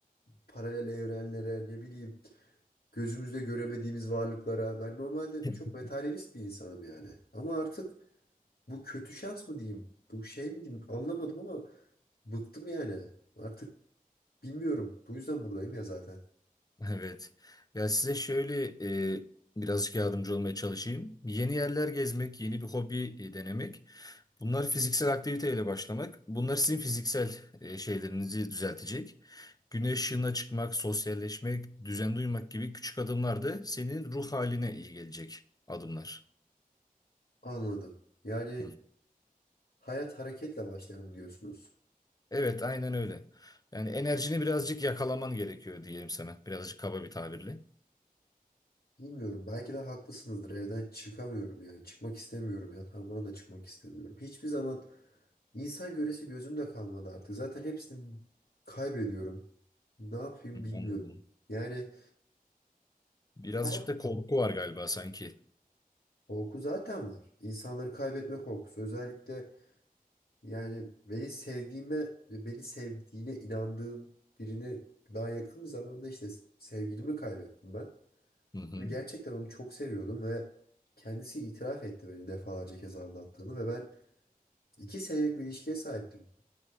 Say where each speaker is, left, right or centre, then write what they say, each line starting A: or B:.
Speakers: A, on the left (about 90°); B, on the left (about 25°).
A: paralel evrenlere ne bileyim gözümüzle göremediğimiz varlıklara. Ben normalde
B: <laughs>
A: çok materyalist bir insanım yani. Ama artık bu kötü şans mı diyeyim? Bu şey mi diyeyim? Anlamadım ama Bıktım yani. Artık bilmiyorum. Bu yüzden buradayım ya zaten.
B: Evet. Ya size şöyle e, birazcık yardımcı olmaya çalışayım. Yeni yerler gezmek, yeni bir hobi e, denemek Bunlar fiziksel aktiviteyle başlamak. Bunlar sizin fiziksel e, şeylerinizi düzeltecek. Güneş ışığına çıkmak, sosyalleşmek, düzen duymak gibi küçük adımlar da senin ruh haline iyi gelecek adımlar.
A: Anladım. Yani
B: Hı.
A: hayat hareketle başlar mı diyorsunuz?
B: Evet, aynen öyle. Yani enerjini birazcık yakalaman gerekiyor diyelim sana. Birazcık kaba bir tabirle.
A: Bilmiyorum. Belki de haklısınızdır. Evden çıkamıyorum yani. Çıkmak istemiyorum. Yatağımdan da çıkmak istemiyorum. Hiçbir zaman insan göresi gözümde kalmadı artık. Zaten hepsini kaybediyorum. Ne yapayım
B: Hı,
A: bilmiyorum.
B: Anladım.
A: Yani
B: Birazcık
A: hayat
B: da korku var galiba sanki.
A: korku zaten var. İnsanları kaybetme korkusu. Özellikle Yani beni sevdiğime, beni sevdiğine inandığım birini daha yakın bir zamanda işte sevgilimi kaybettim ben.
B: Hı hı.
A: Ve gerçekten onu çok seviyordum ve kendisi itiraf etti beni defalarca kez aldattığını ve ben iki senelik bir ilişkiye sahiptim.